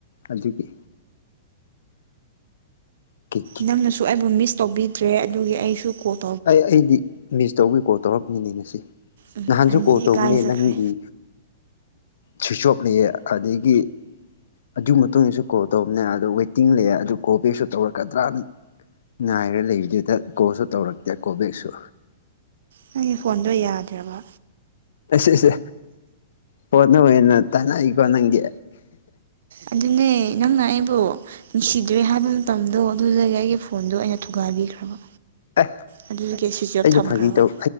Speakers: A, on the left; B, on the right.
A: ꯑꯗꯨꯒꯤ ꯀꯤ
B: ꯅꯪꯅꯁꯨ ꯑꯩꯕꯨ ꯃꯤꯁ ꯇꯧꯕꯤꯗ꯭ꯔꯦ ꯑꯗꯨꯒꯤ ꯑꯩꯁꯨ ꯀꯣꯛ
A: ꯑꯩ ꯑꯩꯗꯤ ꯃꯤꯁ ꯇꯧꯕꯒꯤ ꯀꯣꯜ ꯇꯧꯔꯛꯃꯤꯅꯤ ꯉꯁꯤ
B: ꯎꯝ
A: ꯅꯍꯥꯟꯁꯨ
B: ꯑꯩꯗꯤ
A: ꯀꯣ ꯇꯧꯕꯅꯦ
B: ꯏꯀꯥꯏꯖꯈ꯭ꯔꯦ
A: ꯂꯪꯒꯤ ꯁꯨꯁꯣꯞꯅꯤꯑꯌꯦ ꯑꯗꯒꯤ ꯑꯗꯨꯒꯤ ꯃꯇꯨꯡ ꯏꯗꯁꯨ ꯀꯣꯜ ꯇꯧꯕꯅꯦ ꯑꯗꯣ ꯋꯦꯇꯤꯡ ꯂꯩ ꯑꯗꯨ ꯀꯣꯜ ꯕꯦꯛꯁꯨ ꯇꯧꯔꯛꯀꯗ꯭ꯔꯥꯅꯤ ꯉꯅꯥꯏꯔ ꯂꯩꯔꯤꯗꯨꯗ ꯀꯣꯁꯨ ꯇꯧꯔꯛꯇꯦ ꯀꯣ ꯕꯦꯛꯁꯨ
B: ꯅꯪꯒꯤ ꯐꯣꯟꯗꯣ ꯌꯥꯗ꯭ꯔꯕ
A: ꯑꯁꯤꯁꯦ ꯄꯣꯠꯅ ꯑꯣꯏꯅ ꯇꯥꯅꯏꯀꯣ ꯅꯪꯒꯤ
B: ꯑꯗꯨꯅꯦ ꯅꯪꯅ ꯑꯩꯕꯨꯣ ꯅꯨꯡꯁꯤꯗ꯭ꯔꯦ ꯍꯥꯏꯕ ꯃꯇꯝꯗꯣ ꯑꯗꯨꯗꯒꯤ ꯑꯩꯒꯤ ꯐꯣꯟꯗꯣ ꯑꯩꯅ ꯊꯨꯒꯥꯏꯕꯤꯈ꯭ꯔꯕ
A: ꯑꯦ
B: ꯑꯗꯨꯗꯒꯤ ꯁ꯭ꯋꯤꯆ ꯑꯣꯐ
A: ꯑꯩꯅ
B: ꯊꯝꯈ꯭ꯔꯕ
A: ꯐꯥꯒꯤ ꯇꯧ